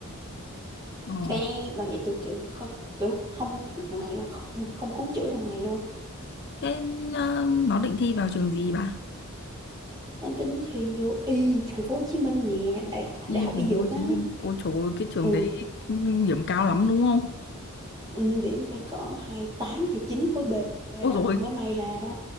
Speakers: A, on the left (about 50°); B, on the right (about 20°).
A: Ờ.
B: cái ba mẹ tôi kiểu kh- kiểu không cứu thằng này luôn không không cứu chữa thằng này luôn
A: thế ờ, nó định thi vào trường gì bà
B: Đang tính thi vô y thành phố Hồ Chí Minh nè đại
A: Đi
B: đại học
A: thành
B: y dược
A: phố Hồ
B: á
A: Chí Minh. ôi trời ơi, cái trường
B: ừ
A: đấy điểm cao lắm đúng không
B: ừ, điểm phải cỡ hai mươi tám hay chín khối B
A: ôi
B: đó
A: rồi
B: mới may ra đó